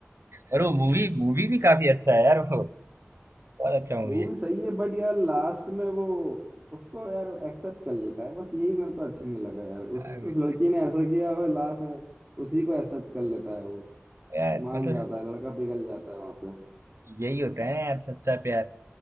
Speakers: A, on the right; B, on the right.
A: और वो मूवी मूवी भी काफी अच्छा है यार वो बहुत अच्छा मूवी
B: मूवी
A: है
B: सही है बट यार लास्ट में वो उसको यार एक्सेप्ट कर लेता है बस यही मेरे को अच्छा नहीं लगा यार उस
A: यार
B: उस लड़की ने ऐसा किया और लास्ट में उसी को एक्सेप्ट कर लेता है वो
A: यार,
B: मान
A: मतलब
B: जाता है लड़का पिघल जाता है वहां
A: यही होता है यार सच्चा प्यार